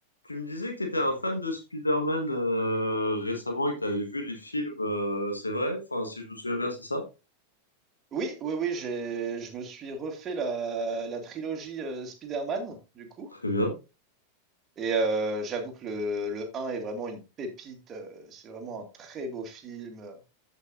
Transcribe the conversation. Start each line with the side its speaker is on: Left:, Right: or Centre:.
Left: Tu me disais que tu étais un fan de Spider-Man euh, récemment et que tu avais vu les films, euh, c'est vrai? Enfin, si je me souviens bien, c'est ça?
Right: Oui, oui, oui, j'ai, je me suis refait la, la trilogie euh, Spider-Man, du coup.
Left: Très bien.
Right: Et euh, j'avoue que le, le un est vraiment une pépite. euh, C'est vraiment un très beau film.